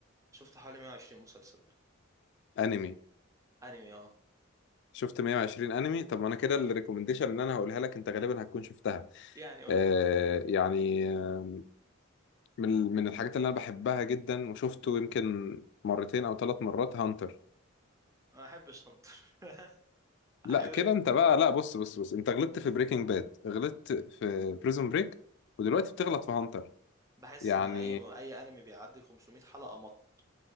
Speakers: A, on the right (about 15°); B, on the left (about 60°).
A: شفت حوالي 120 مسلسل
B: انمي
A: انمي اه
B: شفت 120 انمي طب ما انا كده
A: اه
B: الريكومنديشن اللي انا هقولها لك انت غالبا هتكون شفتها
A: يعني قول
B: آه
A: لي
B: يعني آه، من من الحاجات اللي انا بحبها جدا وشفته يمكن مرتين او ثلاث مرات هانتر
A: ما احبش انطر <laughs>
B: لا
A: احب
B: كده انت بقى لا بص بص بص انت غلطت في بريكنج باد غلطت في بريزون بريك ودلوقتي بتغلط في هانتر
A: بحس
B: يعني
A: ان اي اي انمي بيعدي ال 500 حلقه مط...